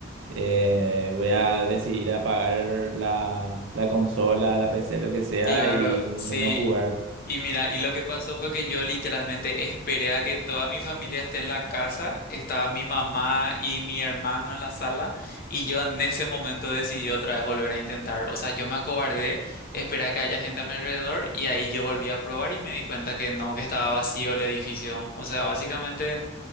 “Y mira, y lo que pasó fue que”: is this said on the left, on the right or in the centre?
Left